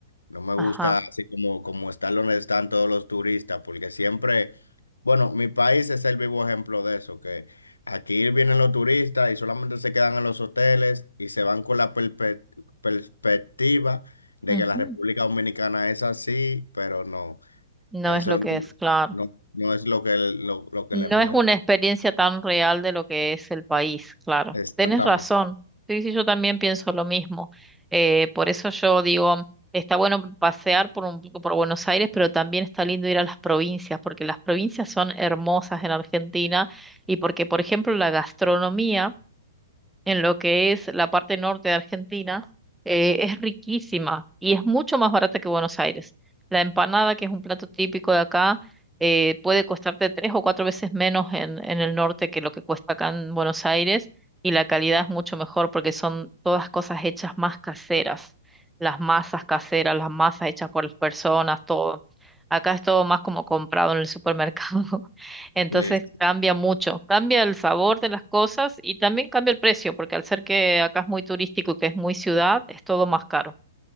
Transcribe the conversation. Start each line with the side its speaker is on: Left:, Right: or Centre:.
Left: No me gusta
Centre: Ajá.
Left: así como, como están donde están todos los turistas, porque siempre, bueno, mi país es el vivo ejemplo de eso, que aquí vienen los turistas y solamente se quedan en los hoteles y se van con la perpe- perspectiva de
Centre: Ujú.
Left: que la República Dominicana es así, pero no,
Centre: No
Left: eso
Centre: es lo
Left: no,
Centre: que es, claro.
Left: no no es lo que, lo, lo que
Centre: No
Left: le muestra.
Centre: es una experiencia tan real de lo que es el país, claro.
Left: Exactamente.
Centre: Tienes razón. Sí, sí, yo también pienso lo mismo. Eh, por eso yo digo, está bueno pasear por un poco por Buenos Aires, pero también está lindo ir a las provincias, porque las provincias son hermosas en Argentina y porque, por ejemplo, la gastronomía en lo que es la parte norte de Argentina, eh, es riquísima y es mucho más barata que Buenos Aires. La empanada, que es un plato típico de acá, eh, puede costarte tres o cuatro veces menos en, en el norte que lo que cuesta acá en Buenos Aires y la calidad es mucho mejor porque son todas cosas hechas más caseras, las masas caseras, las masas hechas por las personas, todo. Acá es todo más como comprado en el supermercado. <laughs> Entonces
Left: Sí, sí.
Centre: cambia mucho, cambia el sabor de las cosas y también cambia el precio, porque al ser que acá es muy turístico y que es muy ciudad, es todo más caro.